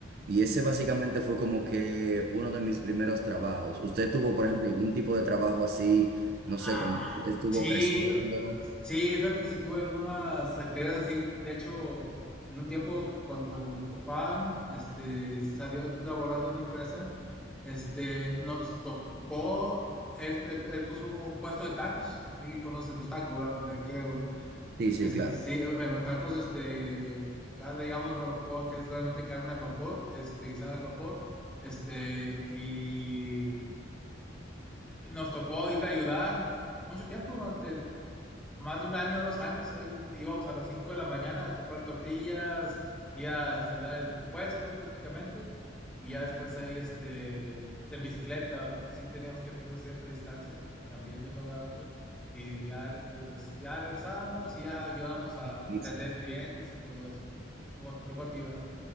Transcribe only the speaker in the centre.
<clears throat>
no,
Ah,
sí,
sí, fíjate que sí tuve algunas actividades así. De hecho, en un tiempo cuando mi papá este, salió a laborar de una empresa, este, nos tocó, él, él- él puso un puesto de tacos, sí, conoces los tacos, ¿verdad? De- creo.
Este,
sí, en los tacos, este, lo que acá le llamamos barbacoa, que es realmente carne al vapor, este, guisada al vapor, este, y nos tocó irle a ayudar mucho tiempo, durante más de un año, dos años, ahí íbamos a las 5 de la mañana a comprar tortillas y a instalar el, el puesto prácticamente, y ya después ahí este, en bicicleta, porque sí teníamos que recorrer cierta distancia también de un lugar a otro, y ya, regres- ya regresábamos y ya ayudamos a
atender clientes y todo eso, como, como te tocó a ti, ¿verdad?